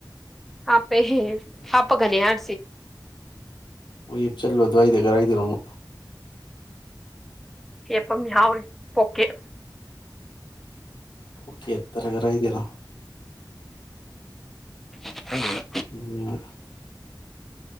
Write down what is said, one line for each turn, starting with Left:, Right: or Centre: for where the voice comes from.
Centre: ꯍꯥꯄꯦꯍꯦ ꯍꯥꯄꯒꯅꯤ ꯍꯥꯁꯤ
Left: ꯑꯣ <unintelligible> ꯑꯗꯨ꯭ꯋꯥꯏꯗ ꯀꯗꯥꯥꯏꯗꯅꯣ
Centre: ꯐꯝ ꯌꯥꯎꯔꯤ ꯄꯣꯀꯦꯠ
Left: ꯄꯣꯀꯦꯠꯇꯔ ꯀꯔꯥꯏꯗꯅꯣ
Centre: <inaudible>
Left: ꯑ <inaudible>